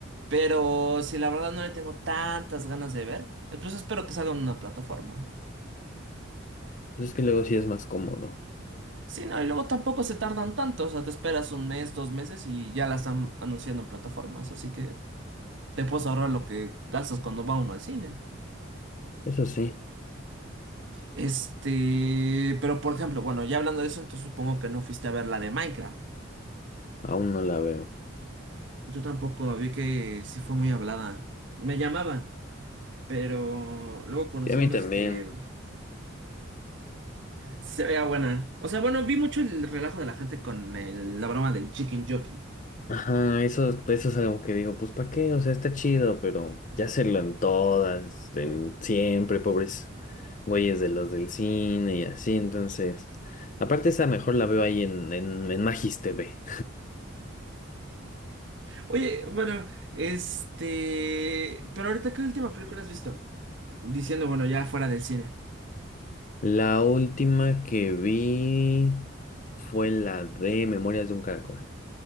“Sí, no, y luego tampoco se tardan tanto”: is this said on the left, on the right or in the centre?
Right